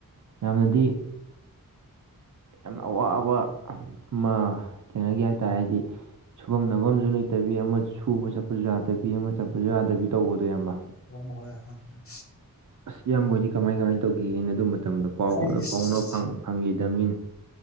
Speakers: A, on the right (about 55°); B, on the left (about 40°).
A: ꯌꯥꯝꯅꯗꯤ ꯌꯥꯝꯅ ꯑꯋꯥꯕ ꯑꯃ ꯊꯦꯡꯅꯒꯦ ꯍꯥꯏꯇꯥꯔꯦꯗꯤ ꯁꯨꯐꯝ ꯅꯐꯝꯝꯨ ꯂꯩꯇꯕꯤ ꯑꯃ ꯁꯨꯕ ꯆꯠꯄꯁꯨ ꯌꯥꯗꯕꯤ ꯑꯃ ꯆꯠꯄꯁꯨ ꯌꯥꯗꯕꯤ ꯇꯧꯕꯗꯣ ꯏꯕ
B: ꯍꯣꯏ ꯍꯣꯏ ꯍꯣꯏ ꯍꯣꯏ
A: ꯑꯁ ꯌꯥꯝꯕꯣꯏꯗꯤ ꯀꯃꯥꯏ ꯀꯃꯥꯏꯅ ꯇꯧꯒꯦꯅ ꯑꯗꯨ ꯃꯇꯝꯗ ꯄꯥꯎꯒꯥꯎꯇ
B: ꯑꯩꯁ
A: ꯐꯥꯎꯅꯕ ꯐꯪꯈꯤꯗꯕꯅꯤ